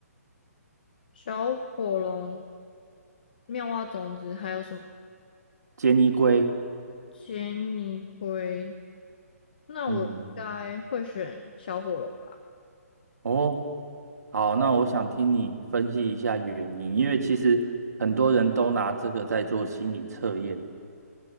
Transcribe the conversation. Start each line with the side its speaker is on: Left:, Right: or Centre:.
Left: 小火龙、妙蛙种子还有什么？
Right: 杰尼龟，
Left: 杰尼龟，那我应该会选小火龙吧？
Right: 嗯，哦，好，那我想听你分析一下原因，因为其实很多人都拿这个在做心理测验。